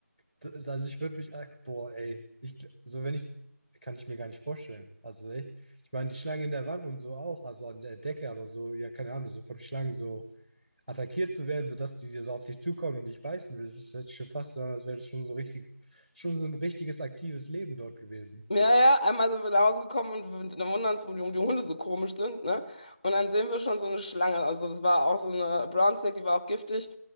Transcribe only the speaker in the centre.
das- Also, ich würde mich. ach, Boah, ey. Ich, gl- so, wenn ich. Kann ich mir gar nicht vorstellen. Also, echt. Ich meine, die Schlange in der Wand und so auch. Also, an der Decke, aber so, ja, keine Ahnung. So von Schlangen so attackiert zu werden, sodass die so auf dich zukommen und dich beißen will. Das ist jetzt schon fast so, als wäre das schon so richtig. Schon so ein richtiges aktives Leben dort gewesen.